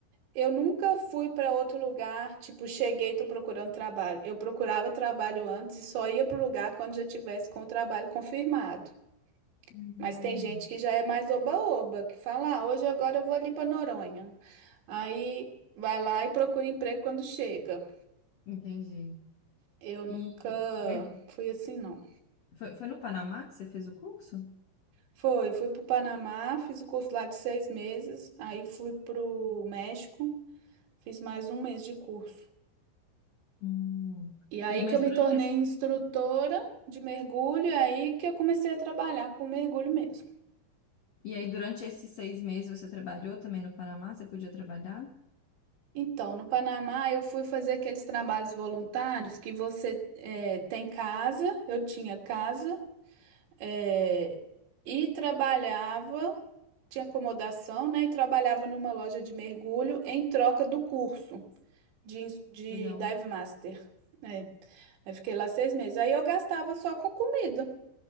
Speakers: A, on the right (about 70°); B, on the left (about 80°).
A: eu nunca fui para outro lugar, tipo, cheguei e tô procurando trabalho. Eu procurava trabalho antes e só ia pro lugar quando já tivesse com o trabalho confirmado.
B: Hum,
A: Mas tem gente que já é mais oba-oba, que fala, ah, hoje agora eu vou ali para Noronha. Aí vai lá e procura emprego quando chega.
B: entendi.
A: Eu
B: E
A: nunca
B: mas
A: fui assim, não.
B: foi, foi no Panamá que você fez o curso?
A: Foi, fui para o Panamá, fiz o curso lá de seis meses, aí fui para o México, fiz mais um mês de curso.
B: Hum.
A: E aí
B: E mas
A: que eu
B: durante
A: me tornei
B: esse,
A: instrutora de mergulho, e aí que eu comecei a trabalhar com mergulho mesmo.
B: e aí durante esses seis meses você trabalhou também no Panamá? Você podia trabalhar?
A: Então, no Panamá, eu fui fazer aqueles trabalhos voluntários que você eh, tem casa, eu tinha casa, eh, e trabalhava, tinha acomodação, né? E trabalhava numa loja de mergulho em troca do curso. de, ins- de
B: Legal.
A: Dive Master. É. Aí fiquei lá seis meses. Aí eu gastava só com comida